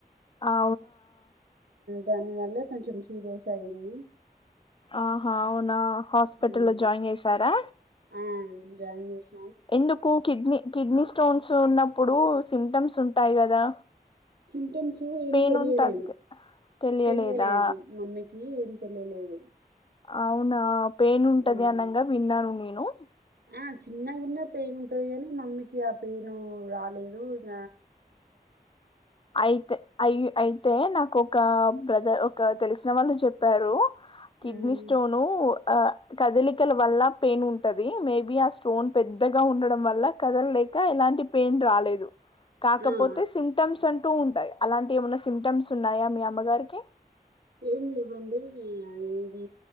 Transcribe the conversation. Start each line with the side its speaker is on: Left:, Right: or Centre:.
Left: ఆ
Right: దాని వల్ల కొంచెం సీరియస్ అయింది
Left: ఆహా అవునా హాస్పిటల్
Right: హ్మ్.
Left: లో జాయిన్ చేసారా
Right: ఆ జాయిన్ చేసి
Left: ఎందుకు కిడ్నీ కిడ్నీ స్టోన్ చూన్నప్పుడు సిమ్టమ్స్ ఉంటాయి కదా
Right: సిటమ్స్ ఏం
Left: పెయిన్
Right: తెలియలేదు
Left: ఉంటది తెలియలేదా
Right: తెలియలేదు మమ్మీకి ఏం తెలిలేదు
Left: అవునా పెయిన్ ఉంటది
Right: హ్మ్.
Left: అనంగా విన్నాను నేను హ
Right: ఆ చిన్నగున్న పెయిన్ ఉంటంది కాని మమ్మీకి ఆ పెయిన్ రాలేదు ఇక
Left: అయితే అయి అయితే నాకు ఒక బ్రదర్ ఒక తెలిసిన వాళ్ళు చెప్పారు కిడ్నీ
Right: హ్మ్.
Left: స్టోను ఆ కదలికల వల్ల పెయిన్ ఉంటది మేబి ఆ స్టోన్ పెద్దగా ఉండడం వల్ల కదలలేక ఎలాంటి పెయిన్ రాలేదు కాకపో
Right: ఆ!
Left: సిమ్టమ్స్ అంటూ ఉంట ఆహ్ అలాంటివి ఏమన్నా సిమ్టమ్స్ ఉన్నాయా మీ అమ్మగారికి
Right: ఏం లేవండి ఇది